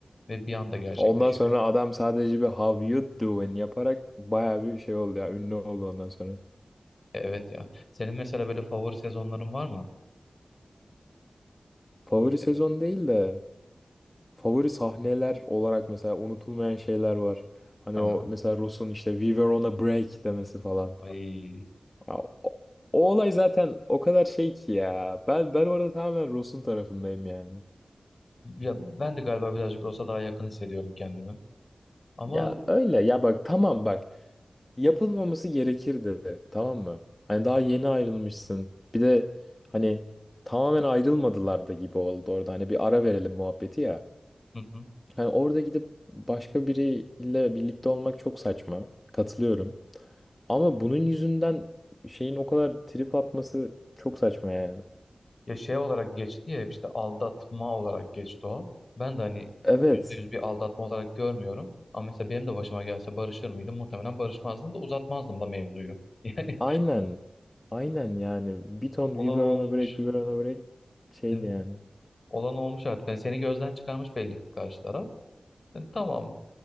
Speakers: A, on the left; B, on the left.
A: Ve bir anda gerçekleşiyor.
B: Ondan sonra adam sadece bir how you doing yaparak baya bir şey oldu ya ünlü oldu ondan sonra.
A: E, Evet ya. Senin mesela böyle favori sezonların var mı?
B: Favori
A: Ya-
B: sezon değil de favori sahneler olarak mesela unutulmayan şeyler var. Hani
A: Ha.
B: o mesela Ross'un işte We were on a break demesi falan.
A: Ay.
B: Ya, o, o olay zaten o kadar şey ki ya. Ben ben orada tamamen Ross'un tarafındayım yani.
A: Ya ben de galiba birazcık Ross'a daha yakın hissediyorum kendimi. Ama
B: Ya öyle ya bak tamam bak yapılmaması gerekirdi tamam mı? Hani daha yeni ayrılmışsın. Bir de hani tamamen ayrılmadılar da gibi oldu orada. Hani bir ara verelim muhabbeti ya.
A: Hı hı.
B: Hani orada gidip başka biriyle birlikte olmak çok saçma. Katılıyorum. Ama bunun yüzünden şeyin o kadar trip atması çok saçma yani.
A: Ya şey olarak geçti ya işte aldatma olarak geçti o. Ben de hani
B: Evet.
A: yüzde yüz bir aldatma olarak görmüyorum. Ama mesela benim de başıma gelse barışır mıydım? Muhtemelen barışmazdım da uzatmazdım da mevzuyu. <laughs> Yani
B: Aynen. Aynen yani. Bir ton
A: olan
B: We Were
A: olmuş.
B: on a Break, We Were on a Break şeydi
A: Evet.
B: yani.
A: Olan olmuş artık. Hani seni gözden çıkarmış belli ki karşı taraf. Yani tamam